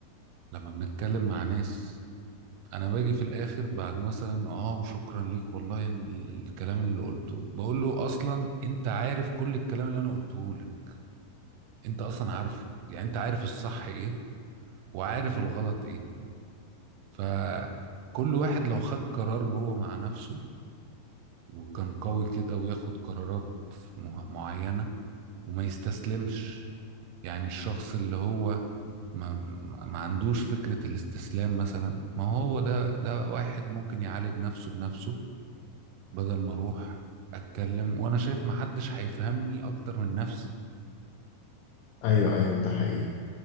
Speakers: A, on the right; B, on the left.
A: لما بنتكلم مع ناس انا باجي في الاخر بعد مثلا اه وشكرا ليك والله إن ال- الكلام اللي قلته بقول له اصلا انت عارف كل الكلام اللي انا قلته لك انت اصلا عارفه يعني انت عارف الصح ايه وعارف الغلط ايه فكل واحد لو خد قرار هو مع نفسه وكان قوي كده وياخد قرارات مه- معينة وما يستسلمش يعني الشخص اللي هو ما ما عندوش فكرة الاستسلام مثلا ما هو ده ده واحد ممكن يعالج نفسه بنفسه بدل ما اروح اتكلم وانا شايف ما حدش هيفهمني اكتر من نفسي
B: ايوه ايوه ده حقيقي